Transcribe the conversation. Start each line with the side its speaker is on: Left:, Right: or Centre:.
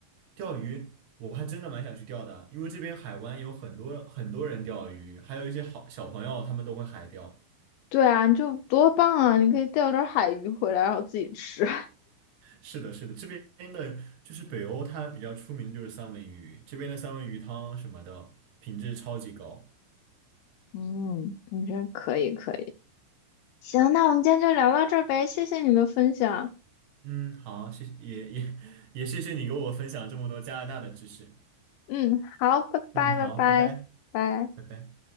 Right: 钓鱼，我还真的蛮想去钓的，因为这边海湾有很多很多人钓鱼，还有一些好小朋友他们都会海钓。
Left: 对啊，你就多棒啊！你可以钓点海鱼回来，然后自己吃。
Right: 是的，是的，这边的就是北欧，它比较出名的就是三文鱼，这边的三文鱼汤什么的，品质超级高。
Left: 嗯，感觉可以可以。行，那我们今天就聊到这儿呗，谢谢你的分享。
Right: 嗯，好，谢谢，也也也谢谢你给我分享这么多加拿大的知识。
Left: 嗯，好，拜拜拜拜拜。
Right: 嗯，好，拜拜，拜拜。